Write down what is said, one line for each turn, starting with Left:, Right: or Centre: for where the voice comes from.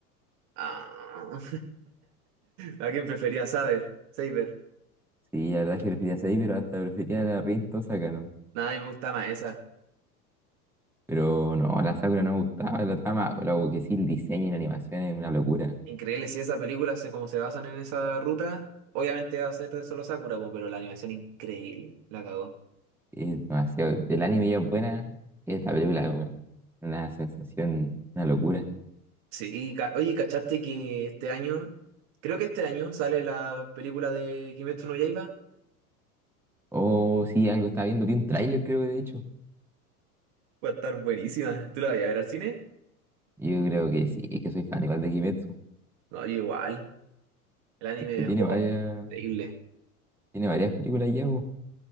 Right: Ah. <laughs> ¿A quién prefería saber? Saber.
Centre: Sí, la verdad es que prefería Saber, pero hasta prefería la Rin Tosaka,
Right: Nada, a mí me gusta más esa.
Centre: Pero no, la Sakura no me gustaba, la trama, lo que sí, el diseño y la animación es una locura.
Right: Increíble, si esa película se, como se basan en esa ruta, obviamente va a ser de solo Sakura, po, pero la animación increíble, la cagó.
Centre: Es demasiado. El anime ya es buena, es la película es una, una sensación, una locura.
Right: Sí, y ca- oye, ¿cachaste que este año, creo que este año sale la película de Kimetsu no Yaiba?
Centre: O sí, algo estaba viendo, vi un tráiler creo que de hecho.
Right: Va a estar buenísima. ¿Tú la vas a ver al cine?
Centre: Yo creo que sí, es que soy fan igual de Kimetsu.
Right: No, yo igual. El anime
Centre: Es que
Right: mejor.
Centre: tiene varias,
Right: Increíble.
Centre: tiene varias películas ya, po,